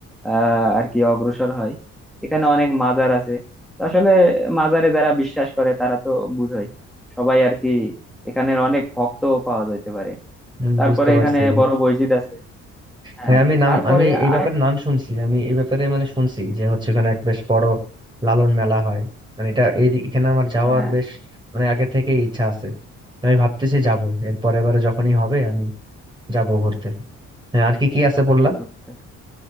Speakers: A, in the centre; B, on the right.
A: আহ আর কি অগ্রসর হয় এখানে অনেক মাজার আছে তো আসলে মাজারে যারা বিশ্বাস করে তারা তো বুঝোই সবাই আর কি এখানের অনেক ভক্ত পাওয়া যাইতে পারে
B: হুম,
A: তারপরে
B: বুঝতে পারছি
A: এখানে বড় মসজিদ আছে হ্যাঁ
B: হ্যাঁ আমি নাম
A: তারপরে
B: আমি এই ব্যাপারে
A: আরেক
B: নাম শুনছি আমি এই ব্যাপারে মানে শুনছি যে হচ্ছে ওখানে এক বেশ বড় লালন মেলা হয় মানে এটা এই এখানে আমার যাওয়ার
A: হ্যাঁ
B: বেশ মানে আগে থেকেই ইচ্ছা আছে তো আমি ভাবতেছি যাব এর পরের বারে যখনই হবে আমি যাব ঘুরতে হ্যাঁ আর কি কি আছে বললা
A: বুঝতে